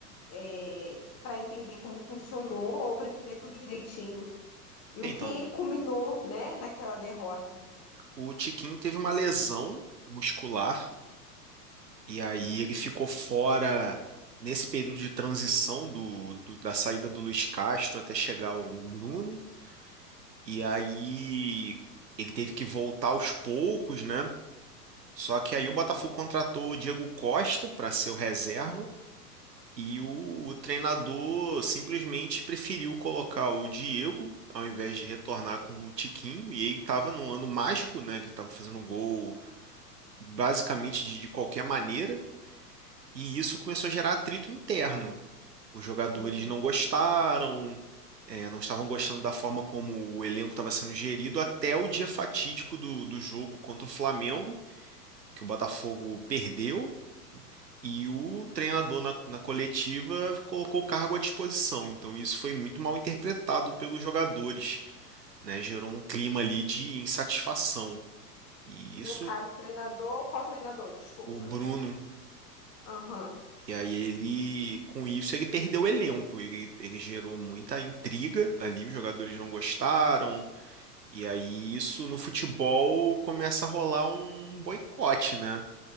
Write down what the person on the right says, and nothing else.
É,
Então,
O Tiquinho teve uma lesão muscular e aí ele ficou fora nesse período de transição do, do- da saída do Luiz Castro até chegar o Bruno. E aí ele teve que voltar aos poucos, né? Só que aí o Botafogo contratou o Diego Costa para ser o reserva e o, o treinador simplesmente preferiu colocar o Diego ao invés de retornar com o Tiquinho. E ele estava num ano mágico, né? Que estava fazendo gol basicamente de, de qualquer maneira, e isso começou a gerar atrito interno. Os jogadores
não gostaram, é, não estavam gostando da forma como o elenco estava sendo gerido até o dia fatídico do, do jogo contra o Flamengo, que o Botafogo perdeu. E o treinador na, na coletiva colocou o cargo à disposição. Então, isso foi muito mal interpretado pelos jogadores né, gerou um clima ali de insatisfação. E
isso,
o Bruno
E aí ele, com isso, ele perdeu o elenco, ele, ele gerou muita intriga ali, os jogadores não gostaram, e aí isso no futebol começa a rolar um boicote, né?